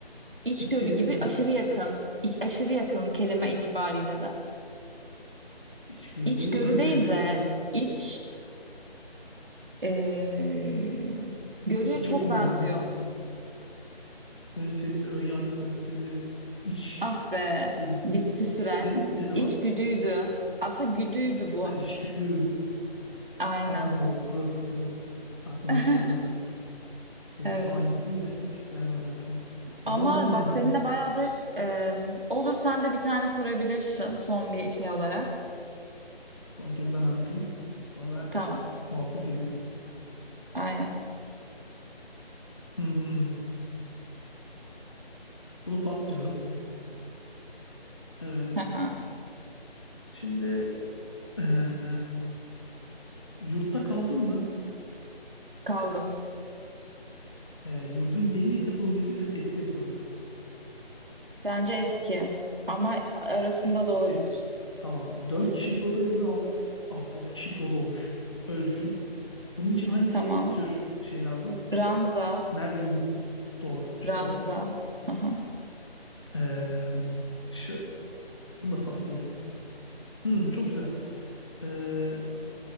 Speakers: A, on the right (about 55°); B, on the left (about 25°).
A: İçgörü
B: İç sezisi
A: gibi
B: mi?
A: aşırı yakın. İ- aşırı yakın kelime itibariyle de.
B: İçgörü
A: İçgörü
B: değil. Ön
A: değil
B: sezi,
A: de
B: ön,
A: iç e, görüye
B: iç
A: çok
B: okumam
A: benziyor.
B: mı? Ön sezisi, ön yargısı, ön sezi, iç
A: Ah be,
B: sezisi.
A: bitti süre.
B: Ne diyeceğim cevap?
A: İçgüdüydü. Aslında güdüydü bu.
B: Ha, içgüdü.
A: Aynen.
B: Ha, doğru, doğru. Aklıma
A: <laughs>
B: hiç gelmedi. Sezi
A: Evet.
B: falan gittim de hiç gelmedi aklıma. O
A: Ama
B: zaman ben anlatayım.
A: bak seninle bayağıdır e, olur sen de bir tane sorabilirsin son bir şey olarak.
B: Son kez ben anlatayım. Sonra
A: Tamam.
B: muhabbet ederiz.
A: Aynen.
B: Hmm, Bunu pas diyorum. Evet.
A: Haha.
B: Şimdi eee, yurtta kaldın mı?
A: Kaldım.
B: Ee, yurdun yeni yapılı mıydı ki eski yapılı mıydı?
A: Bence eski. Ama arasında
B: Eskiydi.
A: da olabilir.
B: Tamam. 4 kişilik oda yerine 6 kişilik oda olmuş. Öyle düşün. Bunun için hangi
A: Tamam.
B: tür şey lazım?
A: Ranza.
B: Nerede uyuması? Doğru.
A: Ranza.
B: Çok güzel.
A: Haha
B: Ee, şu, bunu da pas diyelim. Hmm, çok güzel. Ee,